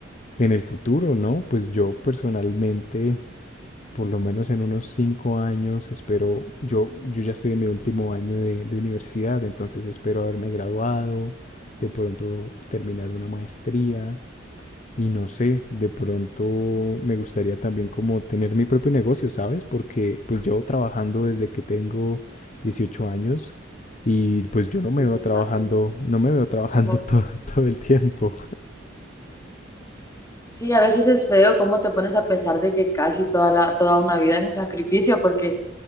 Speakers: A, on the left; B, on the left.
A: en el futuro, no? Pues yo personalmente por lo menos en unos cinco años, espero, yo, yo ya estoy en mi último año de, de universidad, entonces espero haberme graduado, de pronto terminar una maestría y no sé, de pronto me gustaría también como tener mi propio negocio, ¿sabes? Porque pues yo trabajando desde que tengo 18 años y pues yo no me
B: Sí,
A: veo
B: bastante.
A: trabajando, no me veo trabajando
B: Ujú.
A: <laughs> todo, todo el tiempo.
B: Sí, a veces es feo cómo te pones a pensar de que casi toda la, toda una vida es un sacrificio, porque